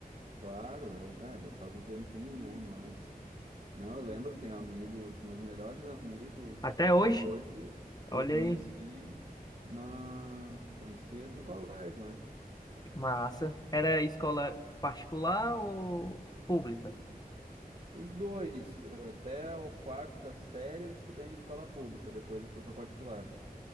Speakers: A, on the right (about 45°); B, on the left (about 25°).
A: claro, eu, é, já faz um tempinho, né? Mas <laughs> não, eu lembro, tenho amigos, meus melhores amigos
B: Até
A: até
B: hoje?
A: hoje, eu
B: Olha
A: conheci
B: aí.
A: na, conheci eles no colégio, é.
B: Massa. Era escola particular ou pública?
A: Os dois, até a quarta série eu estudei em escola pública, depois eu fui para particular, a